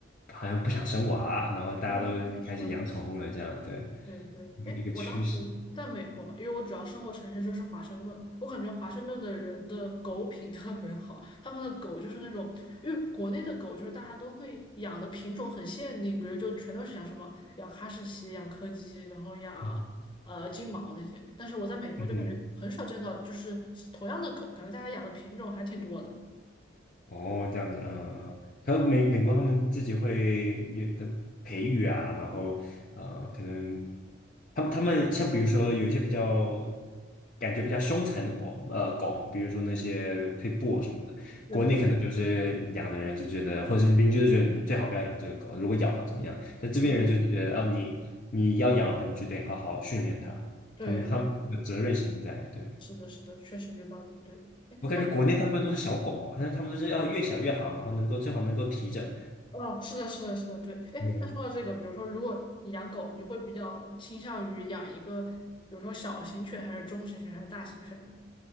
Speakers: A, on the left; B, on the left.
A: 好像不想生娃，然后大家都开始养宠物了，
B: 嗯，是的，是的。
A: 这样，对，
B: 对对，
A: 一个一个趋势。
B: 哎，我当时在美国嘛，因为我主要生活城市就是华盛顿，我感觉华盛顿的人的狗品特别好，他们的狗就是那种，因为国内的狗就是大家都会养的品种很限定，比如就全都是养什么养哈士奇、养柯基，然后养呃金毛那些，
A: 嗯
B: 但是我在美国就感觉很少见到就是同样的狗，
A: 嗯哼。
B: 感觉大家养的品种还挺多的。
A: 哦，这样子，嗯嗯，还有美美国他们自己会有的培育啊，然后呃，可能他们他们像比如说有一些比较感觉比较凶残的狗，呃，狗，比如说那些配
B: 嗯，
A: i t 什么的，
B: 对，
A: 国内可能嗯就是养的人就觉得，或者是邻居就觉得你最好不要养这个狗，如果咬了怎么样？
B: 嗯是的，
A: 但这边人就是觉得，
B: 是的
A: 哦，你你要养的话，你就得好好训练它，
B: 对对，
A: 他们他们的责任心在，对，
B: 是的，是的，确实有道理。对，哎，
A: 我感觉国内大部分都是小狗，
B: 那。你？
A: 好像他们都是要越小越好，然后能够最好能够提着。
B: 哦，是的，是的，是的，对。哎，
A: 嗯，
B: 那说到这个，比如说，如果你养狗，你会比较倾向于养一个，比如说小型犬，还是中型犬，还是大型犬呢？